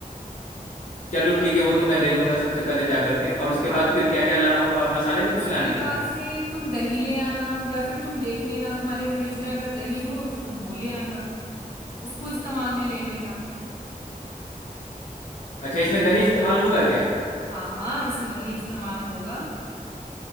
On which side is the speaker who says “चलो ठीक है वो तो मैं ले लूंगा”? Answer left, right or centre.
Left